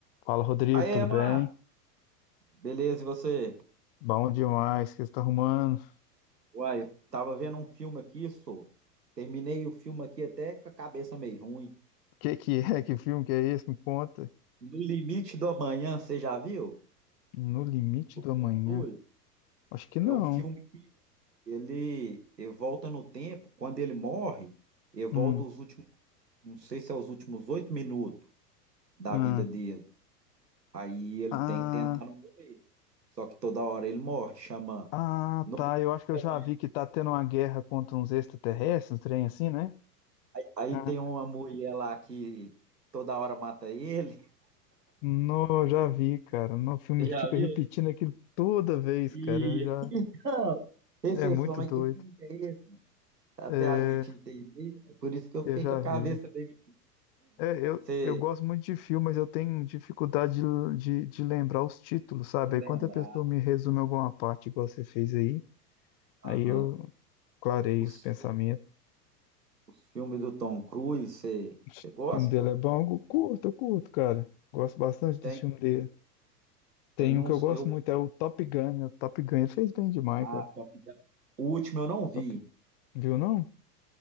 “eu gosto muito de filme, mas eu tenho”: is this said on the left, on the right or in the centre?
Left